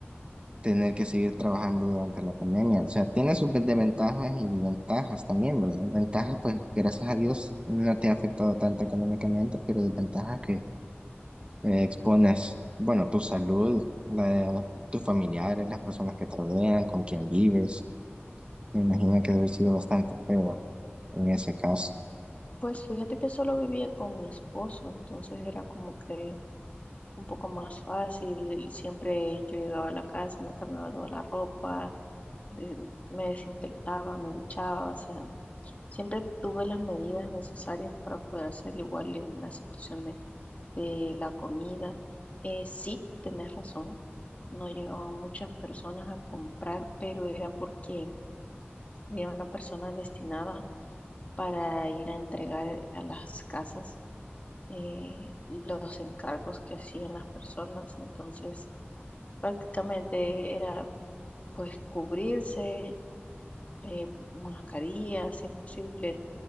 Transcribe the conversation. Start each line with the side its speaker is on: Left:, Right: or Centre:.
Right: tener que seguir trabajando durante la pandemia. O sea, tiene sus desventajas y ventajas también, ¿verdad? Ventajas, pues, gracias a Dios, no te ha afectado tanto económicamente, pero desventajas que eh, expones, bueno, tu salud, la de tus familiares, las personas que te rodean, con quien vives. Me imagino que debe haber sido bastante feo en ese caso.
Left: Pues fíjate que solo vivía con mi esposo, entonces era como que un poco más fácil. Siempre yo llegaba a la casa, me cambiaba toda la ropa, de- me desinfectaba, me duchaba, o sea, siempre tuve las medidas necesarias para poder hacer igual en la situación de, de la comida. Eh, sí, tenés razón, no llegaban muchas personas a comprar, pero era porque había una persona destinada para ir a entregar a las casas eh, los encargos que hacían las personas. Entonces, prácticamente era pues cubrirse, eh, mascarillas, si es posible,